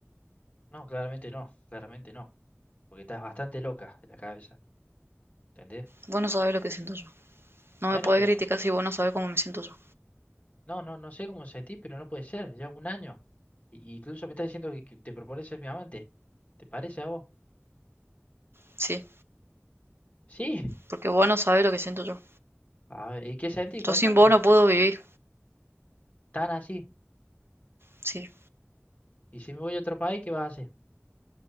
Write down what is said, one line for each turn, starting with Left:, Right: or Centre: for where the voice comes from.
Left: No, claramente no, claramente no. Porque estás bastante loca de la cabeza. ¿Entendés?
Right: Vos no sabés lo que siento yo. No
Left: Bueno,
Right: me podés
Left: pero
Right: criticar si vos no sabés cómo me siento yo.
Left: No, no, no sé cómo sentís, pero no puede ser, ya un año. Y- Incluso me estás diciendo que, que te propones ser mi amante. ¿Te parece a vos?
Right: Sí,
Left: Sí.
Right: porque vos no sabés lo que siento yo.
Left: A ver, ¿y qué sentís? Contame.
Right: Yo sin vos no puedo vivir.
Left: Tan así.
Right: Sí,
Left: Y si me voy a otro país, ¿qué vas a hacer?